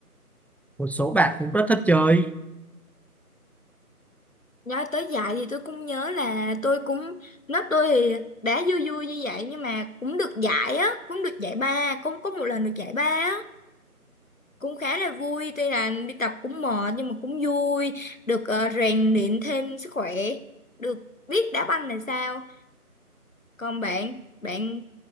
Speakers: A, in the centre; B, on the left.
A: một số bạn cũng rất thích chơi
B: Nói tới dạy thì tôi cũng nhớ là tôi cũng lớp tôi thì đá vui vui như vậy nhưng mà cũng được giải á, cũng được giải ba, cũng có một lần được giải ba á. cũng khá là vui tuy là đi tập cũng mệt nhưng mà cũng vui được ờ, rèn luyện thêm sức khỏe được biết đá banh là sao còn bạn bạn